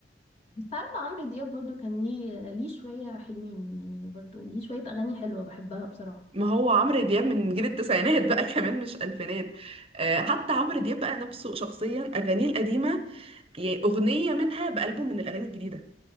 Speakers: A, on the left; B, on the right.
A: بس عارفة عمرو دياب برضو كان ليه ليه شوية حلوين يعني برضو ليه شوية أغاني حلوة بحبها بصراحة
B: ما هو عمرو دياب من جيل التسعينات بقى <laughs> كمان مش الفينات آه، حتى عمرو دياب بقى نفسه شخصيا اغانيه القديمه يعني اغنيه منها بألبوم من الاغاني الجديده